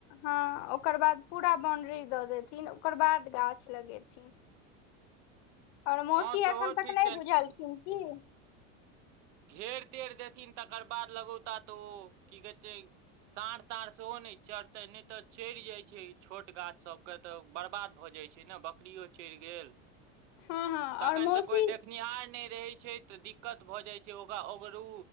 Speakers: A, on the left (about 55°); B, on the right (about 80°).
A: हँ। ओकर बाद पूरा बाउंड्री दऽ देथिन, ओकर बाद गाछ लगेथिन। आओर मौसी
B: हँ सेहो
A: एखन तक
B: ठीक
A: नहि बुझलखिन की?
B: घेर-तेर देथिन तकर बाद लगौता, तऽ ओ, की कहै छै साँढ़-ताँढ़ सेहो- ओ नहि चरतनि, नहि तऽ चरि जाइत छै छोट गाछसभ। तऽ बर्बाद भऽ जाइत छै ने। बकरिओ चरि गेल।
A: हँ हँ
B: तखनि
A: आओर मौसी
B: तऽ कोइ देखनिहार नहि रहै छै, तऽ दिक्कत भऽ जाइत- छै। ओकरा ओगरू,